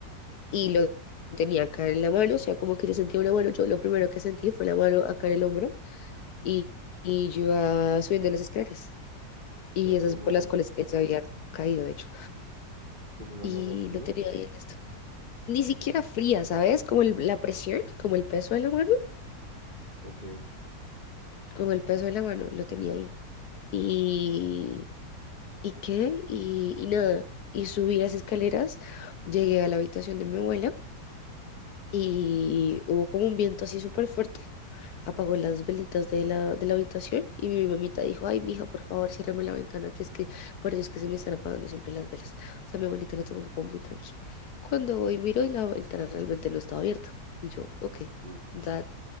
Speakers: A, on the left (about 70°); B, on the right (about 35°).
A: y
B: ¿Qué?
A: lo tenía acá en la mano. O sea, como que yo sentía una mano. Yo lo primero que sentí fue la mano acá en el hombro y, y yo iba subiendo las escaleras y
B: ¿Pero
A: esas
B: como,
A: por las cuales él se había caído, de hecho,
B: como una
A: y
B: mano fría?
A: lo tenía ahí en esto. Ni siquiera fría, ¿sabes? Como el- la presión, como el peso de la mano,
B: Ok.
A: como el peso de la mano, lo tenía ahí. ¿Y, y qué? Y, y nada, y subí las escaleras, llegué a la habitación de mi abuela y hubo como un viento así súper fuerte. Apagó
B: Ujú.
A: las velitas de la, de la habitación y mi mamita dijo, ay, mija, por favor, ciérrame la ventana, que es que por Dios que se me están apagando siempre las velas. O sea, mi abuelita lo tomó como muy tranqui. Cuando hoy
B: Uf,
A: miro y la ventana realmente no estaba abierta. Y yo, ok,
B: uf,
A: that,